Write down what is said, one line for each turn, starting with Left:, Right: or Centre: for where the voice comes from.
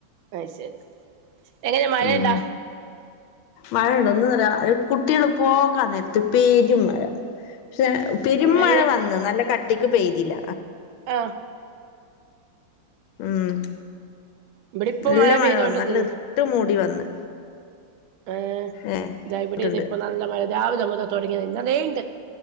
Right: അ ശരി എങ്ങനെ മഴയണ്ടാ
Left: ഉം മഴയുണ്ടോ കുട്ടികള് പോകാ നേരത്ത് പെരുംമഴ പക്ഷെ പെരു
Right: മഴയ്
Left: മഴ വന്നു നല്ല കട്ടിക്ക് പെയ്തില്ല
Right: ആ
Left: ഉം
Right: ഇവിടെ ഇപ്പ
Left: നല്ല മഴ
Right: പെയ്തോണ്ടിക്ക്ന്ന്
Left: വന്നു നല്ല ഇരുട്ട് മൂടി വന്ന്
Right: ആഏ
Left: ഏഹ്
Right: ഇതാ ഇവിടെ
Left: ണ്ട്
Right: ഇത് ഇപ്പൊ നല്ല മഴ രാവിലെ മുതൽ തുടങ്ങിയത് ഇന്ന ലെയണ്ട്